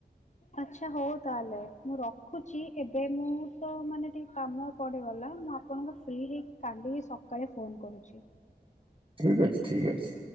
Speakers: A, on the left; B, on the right.
A: ଆଚ୍ଛା ହଉ ତାହେଲେ ମୁଁ ରଖୁଛି ଏବେ ମୁଁ ତ ମାନେ ଟିକେ କାମ ପଡ଼ିଗଲା ମୁଁ ଆପଣଙ୍କୁ ଫ୍ରି ହେଇକି କାଲି ସକାଳେ ଫୋନ୍ କରୁଛି।
B: ଠିକ ଅଛି ଠିକ ଅଛି।